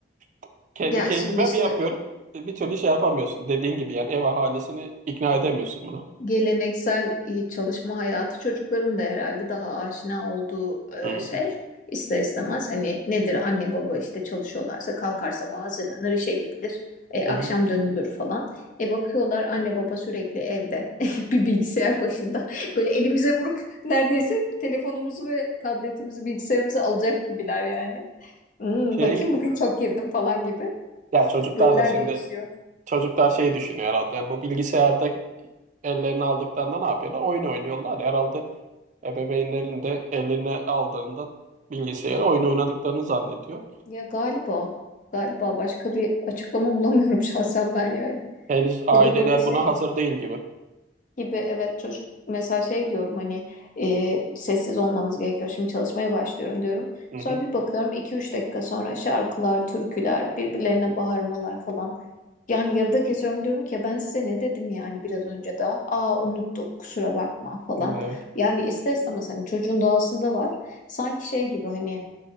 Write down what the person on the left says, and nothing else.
Ya
şimdi işte
geleneksel e, çalışma hayatı çocukların da herhalde daha aşina olduğu e,
şey ister istemez hani nedir anne baba işte çalışıyorlarsa kalkar sabah hazırlanır işe gidilir e, akşam
dönülür falan e bakıyorlar anne baba sürekli evde <laughs> bir bilgisayar başında <laughs> böyle elimize vurup neredeyse telefonumuzu ve tabletimizi bilgisayarımıza alacak gibiler yani Hmm,
bakayım bugün çok girdim falan gibi
roller
değişiyor.
Ya galiba, galiba başka bir açıklama bulamıyorum <laughs> şahsen ben yani.
Ya da böyle şey
gibi evet çocuk mesela şey diyorum hani e, sessiz olmanız gerekiyor şimdi çalışmaya başlıyorum diyorum.
Sonra
bir bakıyorum iki üç dakika sonra şarkılar, türküler, birbirlerine bağırmalar falan. Yani yarıda kesiyorum diyorum ki "Ya ben size ne dedim yani biraz önce daha. Aa unuttuk kusura bakma falan.
Yani ister istemez hani çocuğun doğasında var. Sanki şey gibi hani